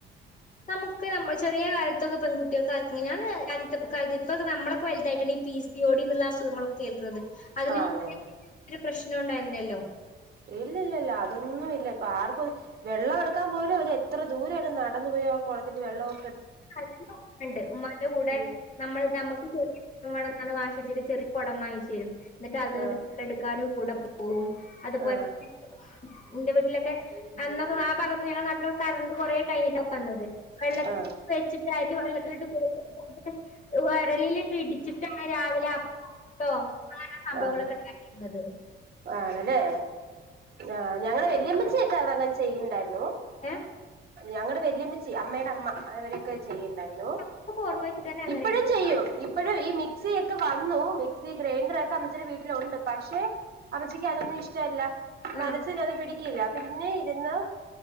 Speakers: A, on the left (about 40°); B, on the right (about 55°).
A: നമുക്ക് നമ്മളെ ചെറിയെ കാലത്തൊക്കെപെൺകുട്ട്യോക്ക് അങ്ങനാണ് കാലത്ത്കാല ഇപ്പൊ നമ്മളൊെക്കെ വല്തായിട്ടണ് ഈ പി സിയോഡിന്ള്ള അസുഖങ്ങളൊക്കെ കേൾക്ക്‌ണത് അതിന്
B: ആ അതെ അതെ
A: <inaudible> പ്രശ്നൊണ്ടായിരുന്നില്ലല്ലോ
B: ഇല്ല ഇല്ലല്ല അതൊന്നും ഇല്ലപ്പൊ ആർക്കും വെള്ളഎട്ക്കാൻ പോലും അവര് എത്ര ദൂരേണ് നടന്ന് <unintelligible> കൊറത്തിന്റെ വെള്ളോം
A: <unintelligible> ണ്ട് ഉമ്മാന്റെകൂടെ
B: ഉം
A: നമ്മള് നമ്മുക്ക് ചെയ വേണം വാച്ച് പിടിച്ചിട്ട് ചെറിയ കൊടം വാങ്ങിച്ചേരും ന്നിട്ട് അത്
B: ആ
A: എടുക്കാൻ കൂടെ പോവും അതുപോല
B: ആ
A: തന്നെ ഇന്റെ വീട്ടിലൊക്കെ അന്നൊക്കെ ആഹ് ഭാഗത്ത് ഞങ്ങളെ നാട്ടില്കറണ്ട് കൊറേ കഴിഞ്ഞിട്ടാ വന്നത് വെള്ള
B: ആ
A: അരി വെള്ളത്തിലിട്ട് കുതിർത്തിട്ട് ഒക്കെ വൊരലിലിട്ട് ഇടിച്ചിട്ട് രാവിലെ അപ്പോ അങ്ങനത്തെ സംഭവങ്ങളൊക്കെ
B: ആഹ
A: ഉണ്ടാക്കിരുന്നത്
B: ആണല്ലേ ആഹ് ഞങ്ങളെ വെല്യയമ്മച്ചിയക്കെ അങ്ങനെ ചെയ്യുന്നുണ്ടായിരുന്നു
A: ഏഹ്
B: ഞങ്ങടെ വെല്ല്യമ്മച്ചി അമ്മേടഅമ്മ അവരൊക്കെ ചെയ്യ്ണ്ടാര്ന്നു
A: ഞങ്ങക്കൊക്കെ ഓർമ്മ വെച്ചിട്ട് തന്നെ അങ്ങനെയാണ്
B: ഇപ്പഴും ചെയ്യും ഇപ്പഴും ഈ മിക്സിക്കെ വന്നു മിക്സി ഗ്രൈൻഡർ ഒക്കെ അമ്മച്ചിടെ വീട്ടിലുണ്ട് പക്ഷെ അമ്മച്ചിക്ക് അതൊന്നും ഇഷ്ടെല്ല
A: ആഹ്
B: മനസ്സിന് അത് പിടിക്കില്ല പിന്നെ ഇര്ന്ന്